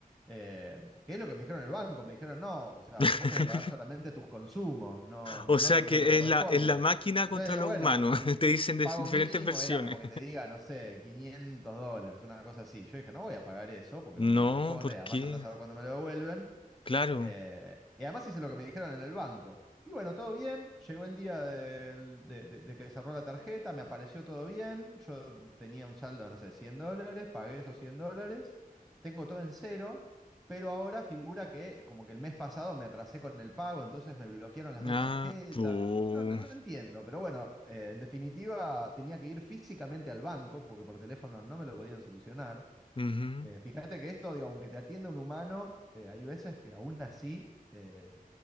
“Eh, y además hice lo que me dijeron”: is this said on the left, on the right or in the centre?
Centre